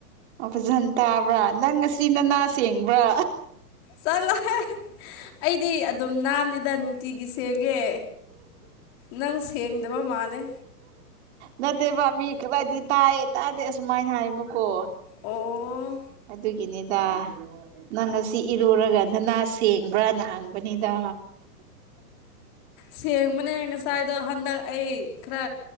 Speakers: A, on the right; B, on the left.
A: ꯑꯣ ꯐꯖꯅ ꯇꯥꯕ꯭ꯔꯥ ꯅꯪ ꯉꯁꯤ ꯅꯅꯥ ꯁꯦꯡꯕ꯭ꯔꯥ
B: ꯆꯠꯂꯣꯍꯦ ꯑꯩꯗꯤ ꯑꯗꯨꯝ ꯅꯥꯜꯂꯤꯗ ꯅꯨꯡꯇꯤꯒꯤ ꯁꯦꯡꯉꯦ ꯅꯪ ꯁꯦꯡꯗꯕ ꯃꯥꯜꯂꯦ
A: ꯅꯠꯇꯦꯕꯥꯃꯤ ꯈꯔꯗꯤ ꯇꯥꯏ ꯇꯥꯗꯦ ꯑꯁꯨꯃꯥꯏꯅ ꯍꯥꯏꯌꯦꯕꯀꯣ
B: ꯑꯣ
A: ꯑꯗꯨꯒꯤꯅꯤꯗ ꯅꯪ ꯉꯁꯤ ꯏꯔꯨꯔꯒ ꯅꯅꯥ ꯁꯦꯡꯕ꯭ꯔꯅ ꯍꯪꯕꯅꯤꯗ
B: ꯁꯦꯡꯕꯅꯦ ꯉꯁꯥꯏꯗꯣ ꯍꯟꯗꯛ ꯑꯩ ꯈꯔ